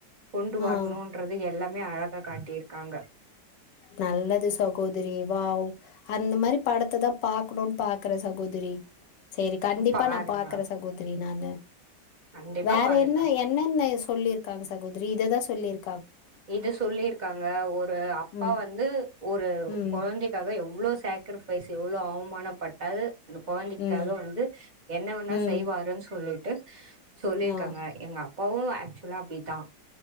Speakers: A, on the right; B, on the left.
A: கொண்டு வரணுன்றது
B: ஆ
A: எல்ல மே அழகா காட்டியிருக்காங்க
B: நல்லது சகோதரி வாவ் அந்த மாரி படத்த தா பாக்கணோன் பாக்குற சகோதரி சேரி கண்டிப்பா
A: பாருங்க
B: நா பாக்குற சகோதரி நானு
A: கண்டிப்பா
B: வேற
A: பாருங்க
B: என்ன என்னன்ன சொல்லிருக்காங்க சகோதரி இததா சொல்லிரு
A: இத சொல்லிருக்காங்க ஒரு அப்
B: ம்,
A: பா வந்து ஒரு
B: ம்,
A: கொழந்தைக்காக எவ் ளோ சேக்ரிஃபைஸ் எவ்ளோ அவமானப்பட்டாது அந்த கொழந்தைக்காக
B: ம்,
A: வந்து என்ன வேணா
B: ம்.
A: செய்வாருன் சொல்லிட் டு சொல்லியிருக்காங்க
B: ஆ
A: எங்க அ ப்பாவு ஆக்சுவலா அப்டிதா